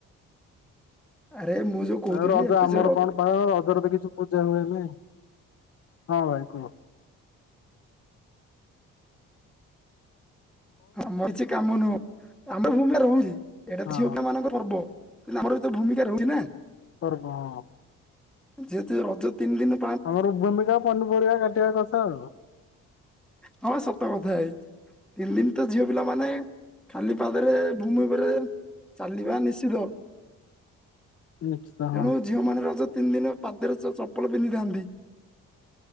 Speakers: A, in the centre; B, on the left (about 50°).
A: ଆରେ ମୁଁ ଯୋଉ କହୁଥିଲି
B: ଆଉ ରଜ
A: ଏବେ
B: ଆମର
A: ଯେ ର-
B: କଣ ପାଳନ ରଜରେ ତ କିଛି ପୂଜା ହୁଏନି, ହଁ ଭାଇ କୁହ?
A: ହଁ ଆମର କିଛି କାମ ନୁହଁ, ଆମେ ଭୂମିରେ ରହୁଛି, ଏଇଟା
B: ହଁ
A: ଝିଅ ପିଲା ମାନଙ୍କ ପର୍ବ। କିନ୍ତୁ ଆମର ବି ତ ଭୂମିକା ରହୁଛି ନା।
B: ପର୍ବ ହଁ।
A: ଯେହେତୁ ରଜ ତିନ୍ ଦିନ୍
B: ଆମର ଭୂମିକା ପନିପରିବା କାଟିବା କଥା ଆଉ।
A: ହଁ ସତ କଥା ଭାଇ ତିନ୍ ଦିନ୍ ତ ଝିଅ ପିଲାମାନେ ଖାଲି ପାଦରେ ଭୂମି ଉପରେ ଚାଲିବା ନିଷିଦ୍ଧ।
B: ନିଷିଦ୍ଧ
A: ତେଣୁ
B: ହଁ।
A: ଝିଅମାନେ ରଜ ତିନି ଦିନ ପାଦରେ ଚପଲ ପିନ୍ଧିଥାନ୍ତି।